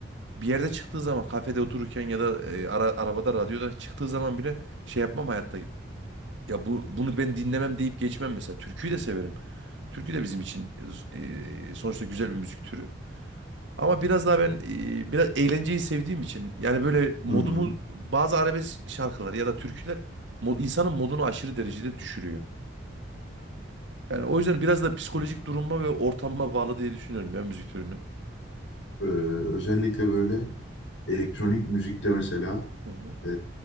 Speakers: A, on the right; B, on the left.
A: bir yerde çıktığı zaman kafede otururken ya da e, ara- arabada radyoda çıktığı zaman bile şey yapmam hayatta Ya bu bunu ben dinlemem deyip geçmem mesela. Türküyü de severim. Türkü de bizim için e, sonuçta güzel bir müzik türü. Ama biraz daha ben e, biraz eğlenceyi sevdiğim için yani böyle modumu
B: Hı hı.
A: bazı arabesk şarkılar ya da türküler mo- insanın modunu aşırı derecede düşürüyor. Yani o yüzden biraz da psikolojik duruma ve ortamıma bağlı diye düşünüyorum ya müzik türünü.
B: Ee, özellikle böyle elektronik müzikte mesela
A: Hı hı.
B: e,